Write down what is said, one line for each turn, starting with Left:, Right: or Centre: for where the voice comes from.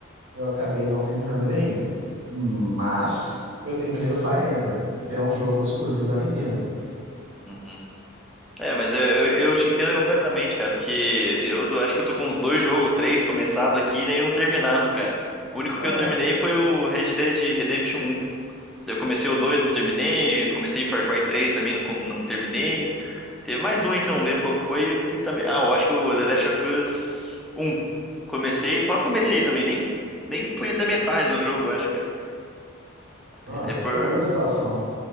Right: Eu acabei não terminando ele ainda. Mas eu terminei o Fire Emblem, que é um jogo exclusivo da Nintendo.
Centre: Uhum. É, mas eu, eu, eu te entendo completamente, cara, porque eu tô- acho que eu tô com uns dois jogos, três começado aqui e nenhum terminado, cara. O único
Right: Ah,
Centre: que eu terminei foi o Red Dead Redemption um. Eu comecei o 2 não terminei. Comecei Far Cry três também, não, com- não terminei. Teve mais um aí que eu não lembro qual que foi. E também... Ah, eu acho que o The Last of Us um Comecei, só comecei também. Nem, nem fui até metade do jogo, eu acho, cara.
Right: nossa,
Centre: Mas é por,
Right: está na minha situação.